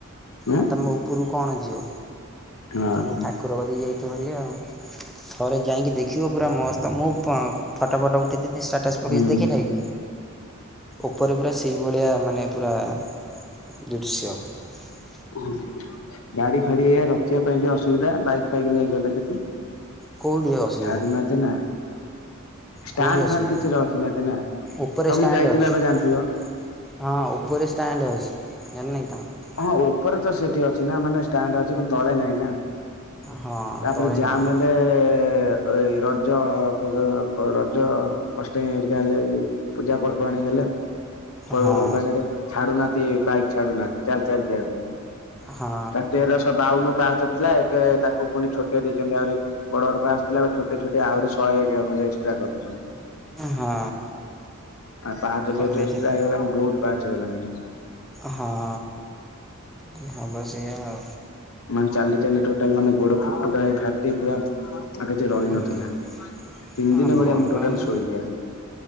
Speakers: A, on the left (about 75°); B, in the centre.
A: ଉଁ
B: ଆ ତମେ ଉପରୁ କଣ ଯିବ?
A: ହଁ
B: ତାମ ସେ ଠାକୁରବାଦ ଯାଇ <unintelligible> ଥରେ ଯାଇକି ଦେଖିବ ପୁରା ମସ୍ତ, ମୁଁ ଫଟ ଫଟ ଉଠେଥିନି ଷ୍ଟାଟସ ପକେଇଛି
A: ହୁଁ
B: ଦେଖିନକି? ଉପରେ ପୁରା ସେଇଭଳିଆ। ମାନେ ପୁରା <unintelligible>
A: ହଁ। ଗାଡି ଫାଡି ଏଇୟା ରଖିବା ପାଇଁ ଟିକେ ଅସୁବିଧା ବାଇକ ବାଇକି ନେଇ ଗଲେ ସେଠି।
B: କେଉଁଠି ଅସୁବିଧା
A: ଛାଡ଼ୁ ନା ତେ ନା। ଷ୍ଟାଣ୍ଡ
B: କେଉଁଠି ଅସୁବିଧା
A: ଫାଣ୍ଡ କିଛି ରଖିନାହାନ୍ତି ନା
B: ଉପରେ
A: ତମେ
B: ଷ୍ଟାଣ୍ଡ
A: ଯାଇଥିଲ
B: ଅଛି
A: ଏବେ ଜାଣିଥିବ
B: ହଁ ଉପରେ ଷ୍ଟାଣ୍ଡ ଅଛି ଜାଣିନ କି? ତୁମେ
A: ହଁ ଉପରେ ତ ସେଠି ଅଛି ନା ମାନେ ଷ୍ଟାଣ୍ଡ ଅଛି କିନ୍ତ ତଳେ ନାହିଁ ନା।
B: ହଁ
A: ତାପରେ
B: ତଳେ
A: ଜାମ
B: ନାହିଁ
A: ହେଲେ ଏଇ ରଜ ଫଜ ରଜ ଅଷ୍ଟମୀ ହେରିକା ହେଲେ ପୂଜା ପର୍ବାଣିୀ ହେଲେ। ପର୍ବପର୍ବାଣୀରେ
B: ହଁ
A: ଛାଡୁନାତି। ବାଇକ ଛଡୁନା। ଚାଲ ଚାଲ ଯିବା ପାଇଁ
B: ହଁ
A: ତେରଶହ ବାଉନ ପାହା ଥିଲା ଏବେ ତାକୁ ପୁଣି ଛୋଟେ ଦେଇଛନ୍ତି ଆହୁରି ବଡ ବଡ ପା ଆସିଥିଲା ଛୋ ଛୋଟି ଆହୁରି ଶହେ ଏକ ଖଣ୍ଡେ ଏକ୍ସଟ୍ରା କରିଦେଇଛନ୍ତି।
B: ହଁ
A: ଆ ପାହା ତ ଯେହେତୁ
B: କରିଦେଇଛନ୍ତି
A: ଏକ୍ସଟ୍ରା ହେଇଗଲାଣି ବହୁତ ପାଚ ହେଲା ନେଟ୍ରା
B: ହଁ। ହଁଁ ବସ ଉ
A: ମାନେ ଚାଲି ଟୋଟାଲ ମାନେ ଗୋଡ ଫୁଟୁକା ହେ ଫା ପୁରା ଆଉ କିଛି ରହିନଥିଲା।
B: ହ
A: ତିନି ଦିନ
B: ଭୁଲ
A: ଭଳିଆ ମୁଁ ଟୋଟାଲ
B: ବାମ
A: ଶୋଇଲି ଆସିକି